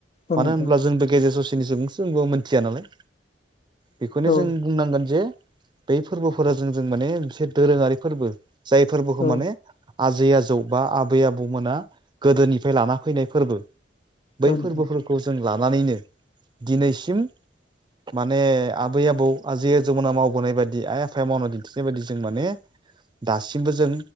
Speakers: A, on the left (about 35°); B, on the right (about 25°).
A: औ
B: मानो
A: नोंथां
B: होनब्ला जोंबो गेजेर ससेनि सुबुंसो जोंबो मोन्थिया नालाय। बेखौनो जों
A: औ
B: बुंनांगोन जे बै फोरबोफोरा जों जों माने मोनसे दोरोङारि फोरबो जाय फोरबोखौ
A: औ
B: माने आजै आजौ बा आबै आबौमोना गोदोनिफ्राय लाना फैनाय फोरबो बै
A: नोंथां
B: फोरबोफोरखौ जों लानानैनो दिनैसिम माने आबै आबौ आजै आजौमोना मावबोनाय बायदि आइ आफाया मावना दिन्थिनाय बायदि जों माने दासिमबो जों